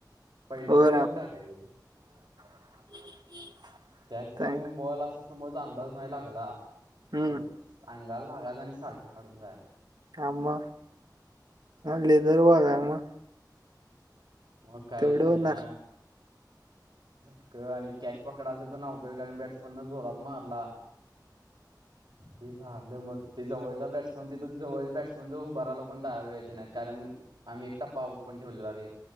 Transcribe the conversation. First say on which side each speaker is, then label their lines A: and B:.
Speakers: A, on the right; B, on the right.
A: पैतीवाॉलीने
B: ओव्हरऑल.
A: टाकायची.
B: <unintelligible>
A: त्यात ते
B: चांगलं.
A: बॉल असा समोर अंदाज नाही लागला
B: हम्म.
A: तर काल लागाायच आणि साल्टा काढून जायचा.
B: हा मग
A: <unintelligible>
B: लेदर बॉल आहे मग
A: म काय
B: तेवढं
A: शान्या?
B: होणार.
A: झटक आणि कॅच पकडायचं पण अवघड कारण बॅट्समन न जोरात मारला ते झालं मग ते जवळचा बॅट्समन तिथं जवळच्या बॅट्समन ज उभाराला कोण तयार व्हायचे नाहीत कारण आम्ही एकटापाऊट पण ठेवलेला रे.